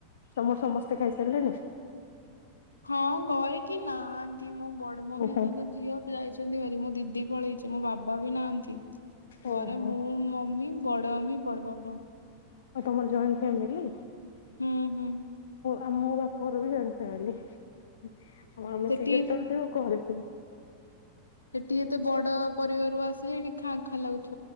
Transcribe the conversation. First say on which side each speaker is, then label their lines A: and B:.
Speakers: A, on the left; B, on the left.
A: ତମର ସମସ୍ତେ ଖାଇସାରିଲେନି?
B: ହଁ ଘରେ କି ନାହାନ୍ତି। ମୋ ବଡ ମମିଆଉ
A: ଓହୋ
B: ତାଙ୍କ ଝିଅ ପ ଯାଇଛନ୍ତି ଭାର ମୁଁ ଦିଦି ପଳେଇଛି ମୋ ବାବା ବି ନାହାନ୍ତି।
A: ଓହୋ
B: ଘରେ ମୁଁ ମମି ବଡ ମମି ବଡ ବାବା
A: ଆଉ ତମର ଜଏଣ୍ଟ ଫ୍ୟାମିଲି।
B: ହୁଁ ହୁଁ।
A: ଆଉ ମୋ ବାପା ଘର ବି ଜାଣିଶାରିଲେଣି। ଆଉ ଆମେ
B: ସେଠି
A: ସେ ଯେତେ କରିଥିବୁ <unintelligible>
B: ସେଠି ଏତେ ବଡ ପରିବାରରୁ ଆସିଲେ ଏଠି ଖା ଖାଁ ଲାଗୁଛି